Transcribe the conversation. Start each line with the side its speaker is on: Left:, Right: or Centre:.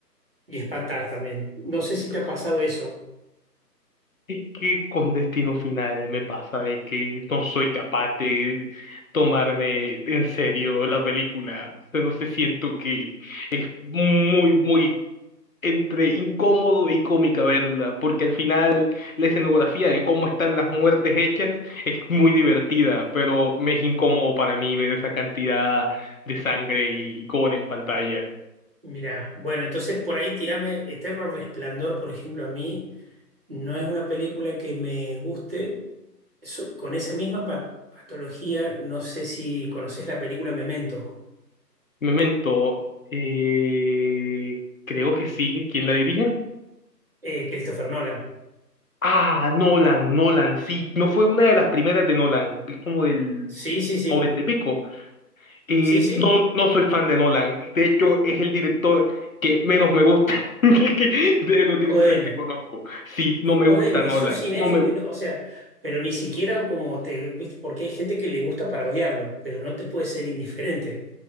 Right: y espantar también. No sé si te ha pasado eso.
Left: Es que con Destino Final me pasa de que no soy capaz de tomarme en serio la película. O sea, no sé, siento que muy, muy entre incómodo y cómica verla, porque al final la escenografía de cómo están las muertes hechas es muy divertida, pero me es incómodo para mí ver esa cantidad de sangre y gore en pantalla.
Right: mira bueno, entonces por ahí tirame Eterno Resplandor, por ejemplo, a mí no es una película que me guste Eso- con esa misma pa- patología. No sé si conoces la película Memento,
Left: Memento, eh, creo que sí. ¿Quién la dirige?
Right: eh, Christopher Nolan.
Left: Ah, Nolan, Nolan, sí. No fue una de las primeras de Nolan. Es como del
Right: Sí, sí, sí.
Left: noventa y pico. Y
Right: Sí, sí.
Left: no, no soy fan de Nolan. De hecho, es el director que menos me gusta <laughs> de los
Right: Jodeme.
Left: directores que conozco. Sí, no me
Right: Jodeme,
Left: gusta Nolan.
Right: sos cinéfilo
Left: No me...
Right: y no, o sea, pero ni siquiera como te, ¿viste? Porque hay gente que le gusta para odiarlo, pero no te puede ser indiferente.